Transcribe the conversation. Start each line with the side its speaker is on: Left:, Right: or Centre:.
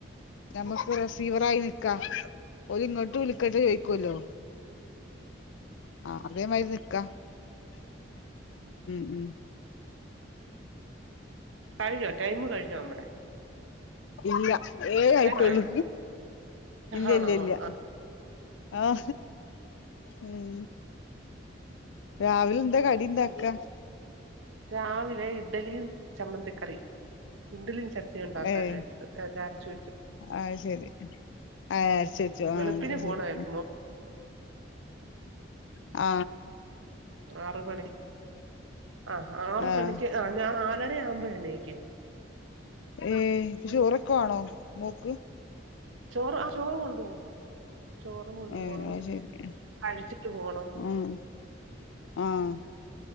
Left: നമ്മക്ക് റിസീവറായി നിക്കാ ഓര് ഇങ്ങോട്ട് വിളിക്കട്ടെ ചോയിക്കോ ലോ ആ അതേമാരി നിക്ക ഉം ഉം
Right: കഴിഞ്ഞോ ടൈം കഴിഞ്ഞോ നമ്മടെ
Left: ഇല്ല്യ ഏഴ് ആയിട്ടോളൂ
Right: ടൈം ആയോ
Left: ഇല്ല
Right: ആണോ
Left: ഇല്ല്യ ഇല്യാ
Right: ആ
Left: ആ ഉം രാവിലെന്താ കടിണ്ടാക്കാ?
Right: രാവിലെ ഇഡലിയും ചമ്മന്തിക്കറിയും. ഇഡലിയും ചട്നിയും ഉണ്ടാക്കാനായിട്ട്
Left: ഏയ്
Right: എല്ലാം അരച്ച് വെ
Left: അത് ശരി ഏഹ്
Right: ഉം
Left: അരച്ച് വെച്ചോ
Right: വെളുപ്പിന്
Left: ആഹ് അത്
Right: പോണം
Left: ശരി
Right: <inaudible>
Left: ആ
Right: ആറ് മണി ആ ആറ്
Left: ആഹ്
Right: മണിക്ക് ആ ഞാൻ ആ വളരെ <unintelligible>
Left: ഏ ചോറൊക്കെ വാണോ മോക്ക്?
Right: ചോറ് ആ ചോറ് കൊണ്ടു പോവും. ചോറ് കൊണ്ടു
Left: ഏഹ്
Right: പോണം
Left: അത്
Right: പിന്നെ
Left: ശരി
Right: കഴിച്ചിട്ട് പോണം.
Left: ആഹ് ആഹ്
Right: ഉം